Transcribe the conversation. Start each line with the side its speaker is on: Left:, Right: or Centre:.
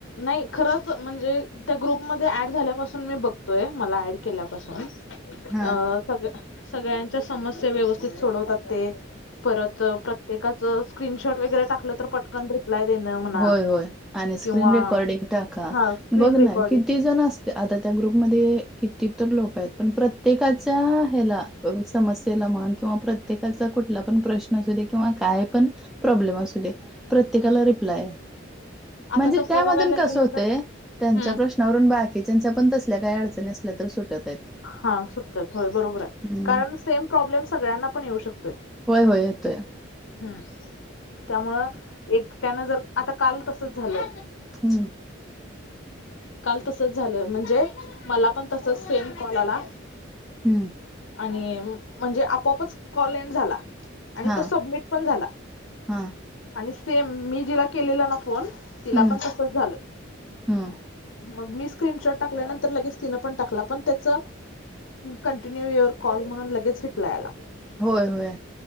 Left: नाही खरच म्हणजे त्या ग्रुपमध्ये ऍड झाल्यापासून मी बघतोय मला ऍड केल्यापासून
Centre: हा
Left: अ सग सगळ्यांच्या समस्या व्यवस्थित सोडवतात ते. परत प्रत्येकाचं स्क्रीनशॉट वगैरे टाकलं तर पटकन रिप्लाय देणं. म्हणा
Centre: होय होय आणि स्क्रीन
Left: किंवा
Centre: रेकॉर्डीिंग टाका
Left: हा स्क्रीन
Centre: बघ
Left: रेकॉर्डिंग
Centre: ना किती जण अस आता त्या ग्रुपमध्ये किती तरर लोक आहेत पण प्रत्येकाच्या ह्याला समस्येला म्हण किंवा प्रत्येकाचा कुठला पण प्रश्न असू दे किंवा काय पण प्रॉब्लेम असु दे प्रत्येकाला
Left: हम्म.
Centre: हा
Left: आता
Centre: म्हणजे
Left: तसं
Centre: त्या
Left: बघायला
Centre: मधून कस
Left: गेलं
Centre: होतंय
Left: तर
Centre: त्यांच्या
Left: हम्म.
Centre: प्रश्न वरून बाकीचंच्या पण तसल्या काही अडचणी असल्या तर सुटत आहेत.
Left: हा सुटतात होय बरोबर आहे
Centre: हम्म.
Left: कारण सेम प्रॉब्लेम सगळ्यांना पण येऊ शकतोय.
Centre: होय होय येतोय.
Left: हम्म त्यामुळं एक त्यान जर आता काल तसच झालं
Centre: हम्म
Left: काल तसच झालं म्हणजे मला पण तसच सेम कॉल आला
Centre: हम्म
Left: आणि म्हणजे आपोपच कॉलएन्ड झाला आणि
Centre: हां,
Left: तो सबमिट पण झाला
Centre: हां.
Left: आणि सेम मी जिला केलेला ना फोन तिला
Centre: हम्म,
Left: पण तसच झालं
Centre: हम्म.
Left: मग मी स्क्रीनशॉट टाकल्यानंतर लगेच तीनपण टाकला पन त्याच कंटिन्यू युअर कॉल म्हणून लगेच रिप्लाय आला
Centre: होय होय